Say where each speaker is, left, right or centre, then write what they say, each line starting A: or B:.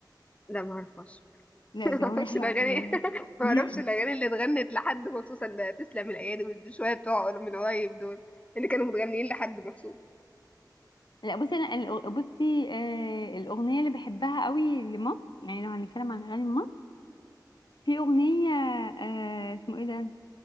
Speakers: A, on the left (about 15°); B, on the left (about 75°).
A: لا ما اعرفهاش <laughs>
B: لا
A: ما
B: دي أغنية
A: اعرفش
B: حلوة
A: الاغاني
B: عبد الله
A: <laughs> ما
B: <laughs>
A: اعرفش الاغاني اللي اتغنت لحد مخصوص اللي تسلم الايادي والشوية بتوع من قريب دول اللي كانوا متغنيين لحد مخصوص
B: لا بصي انا الأغ- بصي آه الاغنيه اللي بحبها قوي لمصر يعني لو هنتكلم عن اغاني مصر في اغنيه آه اسمه ايه ده